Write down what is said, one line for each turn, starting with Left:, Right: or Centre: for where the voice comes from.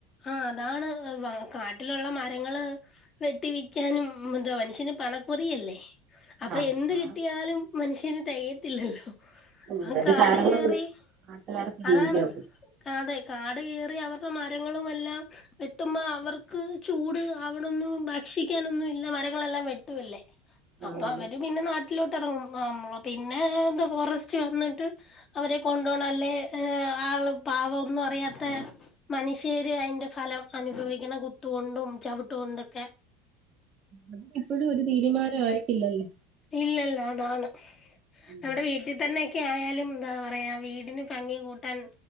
Left: ആഹ് അതാണ് കാട്ടിലുള്ള മരങ്ങള് വെട്ടി വിക്കാനും എന്താ മനുഷ്യന് പണക്കുറിയല്ലേ. അപ്പൊ
Right: ആ
Left: എന്ത്
Right: ആ.
Left: കിട്ടിയാലും മനുഷ്യന് തികയത്തില്ലല്ലോ.
Right: ഉം.
Left: ആ
Right: അത്
Left: കാട്
Right: കാരണം
Left: കേയറി
Right: നാട്ടുകാർക്ക്
Left: അതാണ്
Right: ജീവിക്കാൻ ഒക്കും.
Left: അതെ കാട് കയറി അവരുടെ മരങ്ങളും എല്ലാം വെട്ടുമ്പോ അവർക്ക് ചൂട് അവിടൊന്നും ഭക്ഷിക്കാനൊന്നും ഇല്ല മരങ്ങളെല്ലാം വെട്ടുവല്ലേ.
Right: അതാണ്
Left: അപ്പൊ അവര് പിന്നെ നാട്ടിലോട്ട് ഇറങ്ങും നമ്മള പിന്നെ എന്താ ഫോറസ്റ്റ് വന്നിട്ട് അവരെ കൊണ്ടോണം അല്ലേ ആ പാവംഒന്നും അറിയാത്ത മനുഷ്യ ർ അതിന്റെ ഫലം അനുഭവിക്കുന്ന കുത്തുകൊണ്ടും ചവിട്ടു കൊണ്ടൊക്കെ
Right: അത് ഇപ്പഴും ഒരു തീരുമാനം ആയിട്ടില്ലല്ലേ?
Left: ഇല്ലല്ല അതാണ്.
Right: ഉം
Left: നമ്മുടെ വീ <unintelligible> തന്നെൊക്കെ ആയാലും എന്താ പറയാ വീടിന് ഭംഗി കൂട്ടാൻ